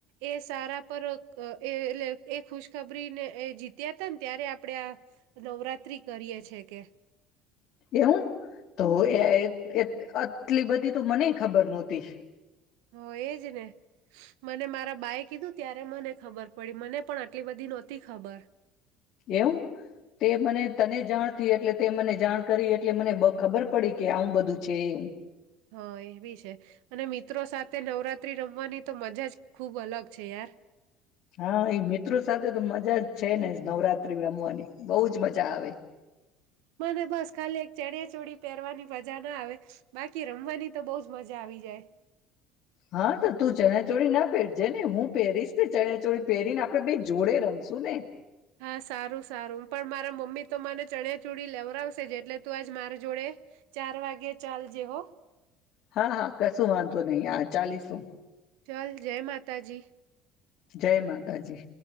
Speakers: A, on the right; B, on the left.
A: એ સારા પર. અ <unintelligible> એ એટ એ ખુશખબરીને એ જીત્યા હતા ને ત્યારે આપણે આ. નવરાત્રી કરીએ <unintelligible> છે કે.
B: એવું તો <unintelligible> આટલી બધી તો મને ખબર નહોતી.
A: હ એજ ને મને મારા <unintelligible> કીધું ત્યારે મને ખબર પડી મને પણ આટલી બધી નહોતી ખબર.
B: એવું. તે મને તને જાણ <unintelligible> એટલે તે મને જાણ કરી એટલે મને ખબર પડી કે આવું બધું છે, એમ.
A: હા <unintelligible> છે, અને મિત્રો સાથે નવરાત્રી રમવાની તો મજા જ ખુબ અલગ છે, યાર.
B: હા એ મિત્રો સ સાથે તો મજા જ છે ને નવરાત્રી રમવાની, બહુજ મજા આવે.
A: મને બસ ખાલી ચણીયા ચોલી પહેરવાની મજા ના આવે, બાકી રમવાની તો બહુંજ મજા આવી જાય.
B: હા તો તું ચણીયા ચોરી ન પહેરજે ને, હું પહેરીશ ને ચણીયા ચોરી પહેરીને આપડે બે જોડે રમશું ને.
A: હા સારું-સારું પણ મારા મો મમ્મી તો મને ચણીયા ચોલી લેવરાવશે જ એટલે તું આજ મારી જોડે ચાર વાગે ચાલજે હો.
B: હા, હા કશું વાંધો નહી, હા ચાલીશું હું.
A: ચાલ, જય માતાજી.
B: જય માતાજી.